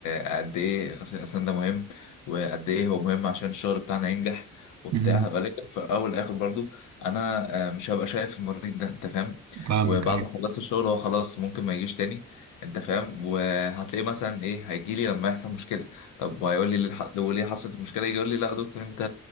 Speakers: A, on the left (about 90°); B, on the right (about 65°).
A: قد ايه غسيل الاسنان ده مهم وقد ايه هو مهم عشان الشغل بتاعنا ينجح وبتاع
B: مم،
A: ولكن في الاول والاخر برضو انا آه مش هبقى شايف المريض ده انت فاهم
B: فاهمك
A: وبعد
B: ايوه
A: ما خلصت الشغل هو خلاص ممكن ما يجيش تاني انت فاهم وهتلاقيه مثلا ايه هيجي لي لما يحصل مشكله طب وهيقول لي ليه الح- لو ليه حصلت المشكله يجي يقول لي لا يا دكتور انت